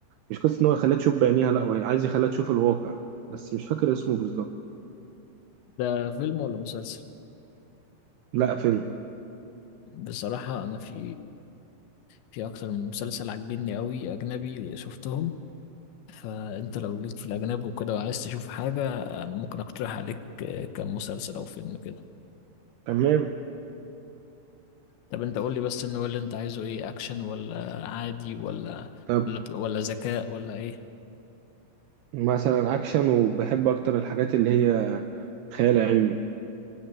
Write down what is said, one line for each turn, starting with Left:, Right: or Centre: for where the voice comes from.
Right: مش قصة إن هو يخليها تشوف بعينيها لا هو عايز يخليها تشوف الواقع بس مش فاكر اسمه بالظبط
Left: ده فيلم ولا مسلسل
Right: لا فيلم
Left: بصراحة أنا في في أكتر من مسلسل عجبني أوي أجنبي شفتهم فأنت لو ليك في الأجنبي وكده وعايز تشوف حاجة أنا ممكن أقترح عليك كم مسلسل أو فيلم كده
Right: تمام
Left: طب أنت قول لي بس إن هو اللي أنت عايزه إيه أكشن ولا عادي ولا
Right: طيب
Left: ولا ولا ذكاء ولا إيه
Right: مثلا اكشن وبحب اكتر الحاجات اللي هي خيال علمي